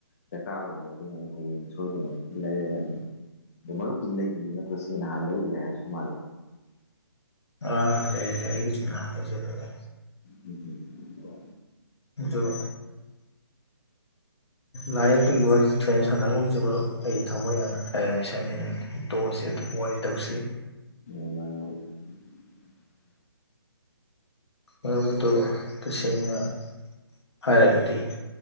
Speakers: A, on the left (about 35°); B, on the left (about 80°).
A: ꯗꯔꯀꯥꯔ ꯑꯣꯏꯌꯦ ꯑꯗꯨꯅ ꯑꯩ ꯍꯌꯦꯡ ꯁꯣꯏꯗꯅꯃꯛꯇꯤ ꯂꯩꯔꯒꯅꯤ ꯑꯗꯣ ꯃꯔꯨꯞꯀꯤꯗꯤ ꯂꯩꯕꯤꯌꯦ ꯅꯠꯇ꯭ꯔꯣ ꯁꯤꯁ ꯅꯍꯥꯟ ꯂꯩꯔꯨꯔꯦ ꯍꯥꯏꯕꯁꯨ ꯃꯥꯜꯂꯦ
B: ꯑꯥ ꯍ ꯂꯩ ꯂꯩ ꯑꯩ ꯅꯦꯔꯔ
A: ꯌꯦꯖꯣ
B: ꯑꯗꯨꯣ ꯂꯥꯏ ꯌꯦꯛꯄꯒꯤ ꯋꯥꯔꯤꯁꯤ ꯊꯣꯏꯅ ꯁꯥꯟꯅꯒꯨꯝꯁꯤ ꯃꯔꯨꯞ ꯑꯩ ꯊꯃꯣꯏ ꯌꯥꯝꯅ ꯀꯥꯏꯔꯃꯤ ꯁꯅꯤ ꯑꯗꯨ ꯇꯣꯁ ꯑꯗꯨ ꯋꯥ ꯇꯧꯕꯁꯤ
A: ꯑ
B: ꯑꯗꯨꯕꯗꯨ ꯇꯁꯩꯅ ꯍꯥꯏꯔꯒꯗꯤ